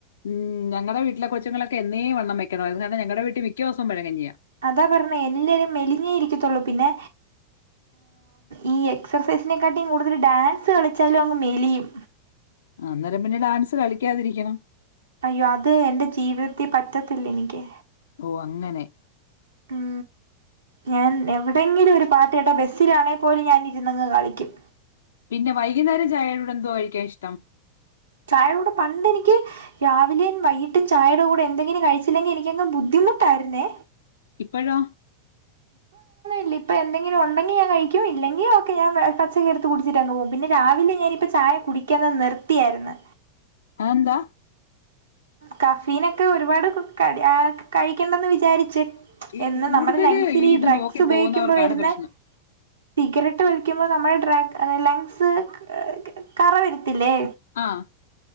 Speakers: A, on the left; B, on the right.
A: ഉം ഞങ്ങളുടെ വീട്ടില കൊച്ചുങ്ങളൊക്കെ എന്നെ വണ്ണംവെക്കണം അത് കാരണം ഞങ്ങള വീട്ടിൽ മിക്കസവും പഴകഞ്ഞിയ
B: അതാ പറഞ്ഞു എല്ലാരും മെലിഞ്ഞേ ഇരിക്കത്തുള്ളൂ പിന്നെ ഈ എക്സർസൈസിനെക്കാട്ടും കൂടുതൽ ഡാൻസ് കളിച്ചാലും അങ്ങ് മെലിയും
A: ആഹ് അന്നേരം പിന്നെ ഡാൻസ് കളിക്കാതിരിക്കണം
B: അയ്യോ അത് എന്റെ ജീവിതത്തി പറ്റത്തില്ല എനിക്ക്
A: ഓഹ് അങ്ങനെ
B: ഉം ഞാൻ എവിടെങ്കിലും ഒരു പാട്ടി കേട്ടാ ബസിലാണെ പോലും ഞാനി ഇരന്ന്ങ് കളിക്കും
A: പിന്നെ വൈകുന്നേരം ചായോടെ കൂടെ എന്ത്‌വൊ കഴിക്കാൻ ഇഷ്ടം
B: ചായയുടെ പണ്ട് എനിക്ക് രാവിലെയും വൈകീട്ടും ചായയുടെ കൂടെ എന്തെങ്കിലും കഴിച്ചില്ലെങ്കിൽ എനക്കങ് ബുദ്ധിമുട്ടായിരുന്നേ
A: ഇപ്പഴോ?
B: ല്ല ഇപ്പ എന്തെങ്കിലും ഉണ്ടെങ്കി ഞൻ കഴിക്കും ഇല്ലെങ്കിൽ ഒക്കെ ഞൻ പച്ചക്ക അടുത്ത് കുടിച്ചിട്ടങ് പോവും പിന്നെ രാവിലെ ഞാനിപ്പ ചായ കുടിക്കും ക്കുന്നത് നിർത്തിയായിരുന്നു
A: അന്താ
B: കഫീനൊക്കെ ഒരുപാട് ക കഴിക്കണ്ടന്ന് വിചാരിച്ച്
A: ഈ
B: എന്ന്
A: കൂടുതല്
B: നമ്മുടെ ലങ്സിൽ ഈ
A: ഇത്
B: ഡ്രഗ്സ്
A: നോക്കി
B: ഉപയോഗിക്കുമ്പോ
A: പോകുന്നവർക്കാണ്
B: വരുന്ന
A: പ്രശ്നം
B: സിഗരറ്റ് വലിക്കുമ്പോൾ നമ്മുടെ ഡ്രാ ലങ്സ് കറ വരുത്തില്ലേ?
A: ആഹ്